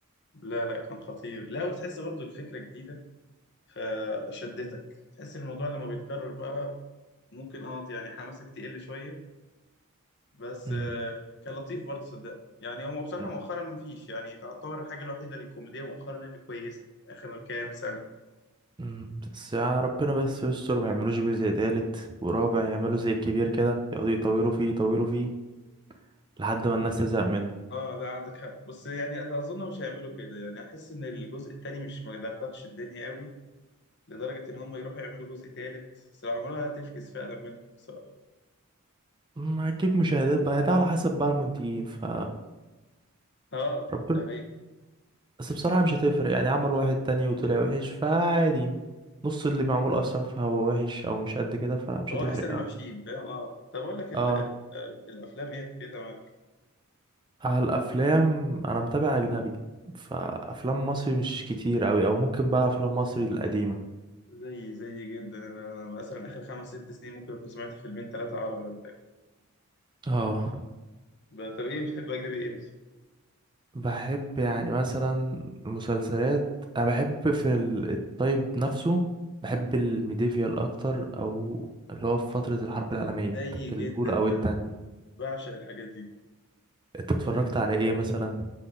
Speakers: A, on the left; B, on the right.
A: لا لا كان خطير لا وتحس برضو الفكره جديده فشدتك تحس الموضوع لما بيتكرر بقى ممكن اه يعني حماسك تقل شويه بس
B: أمم،
A: آه، كان لطيف برضه صدقني يعني هو بصراحه
B: أنا-
A: مؤخرا مفيش يعني تعتبر الحاجه الوحيده الكوميديه مؤخرا اللي كويسه اخر كام سنه
B: أمم، بس يا ربنا بس يستر ما يعملوش جزء تالت ورابع يعملوا زي الكبير كده يقعدوا يطولوا فيه يطولوا فيه لحد
A: لا
B: ما الناس تزهق منه
A: اه لا عندك حق بس يعني اظن مش هيعملوا كده يعني احس ان الجزء التاني مش مدغدغش الدنيا قوي لدرجه ان هم يروحوا يعملوا جزء تالت صراحه عمرها هتفكس فعلا منهم بصراحه
B: ما هتجيب مشاهدات بقى ده على حسب بقى المنتجين ف
A: اه
B: ربنا
A: ده حقيقي
B: بس بصراحة مش هتفرق يعني عمل واحد تاني وطلع وحش فعادي نص اللي معمول أصلا فهو وحش أو مش قد كده فمش
A: هو
B: هتفرق
A: احسن الوحشين
B: أوي
A: فاهم اه طب اقول لك ال...
B: اه
A: آه، الافلام ايه حكايتها معاك
B: على الأفلام أنا متابع أجنبي فأفلام مصري مش كتير أوي أو ممكن بقى أفلام مصري القديمة
A: زي زي جدا انا مثلا اخر خمس ست سنين ممكن اكون سمعت فيلمين ثلاثه عربي ولا حاجه
B: اه
A: ب- طب ايه بتحب اجنبي ايه بس
B: بحب يعني مثلا المسلسلات أنا بحب في ال- الطيب نفسه بحب الميديفيال أكتر أو اللي هو في فترة الحرب العالمية
A: زي جدا
B: الأولى
A: انا
B: أو التانية
A: بعشق الحاجات دي
B: أنت اتفرجت على إيه مثلا؟